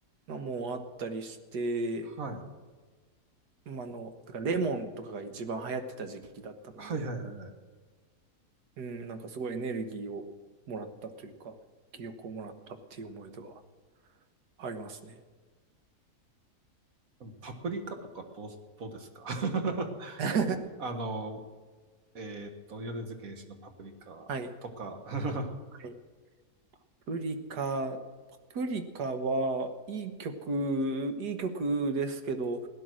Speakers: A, on the right (about 80°); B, on the right (about 60°).
A: のもあったりして、
B: はい。
A: まあ、あの、だからレモンとかが一番流行ってた時期だったので、
B: はいはいはい。
A: うん、なんかすごいエネルギーをもらったというか、気力をもらったっていう思い出はありますね。
B: あのパプリカとかどう、どうですか <laughs>
A: <laughs>
B: あの、えーっと、米津玄師のパプリカとか
A: はい。
B: <laughs>
A: はいパプリカ、パプリカはいい曲、いい曲ですけど、